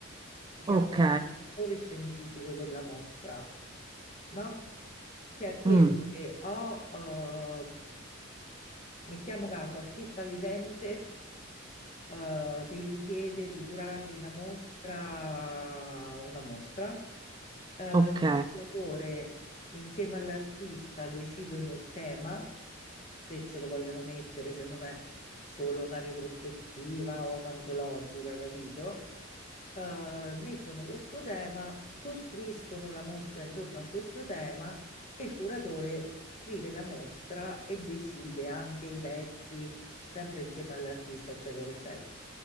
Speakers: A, on the left; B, on the right.
A: si chiama
B: Ok,
A: autore scientifico della mostra, no? Che è quello
B: mm.
A: che ho, eh, mettiamo caso, artista vivente, eh, che gli chiede di curargli una mostra, una mostra. Eh,
B: Ok,
A: il curatore insieme all'artista decidono il tema, se ce lo vogliono mettere, se non è solo una retrospettiva o un'antologica, capito? eh, mettono questo tema, costruiscono la mostra intorno a questo tema e il curatore scrive la mostra e decide anche i pezzi, sempre insieme all'artista, eccetera, eccetera.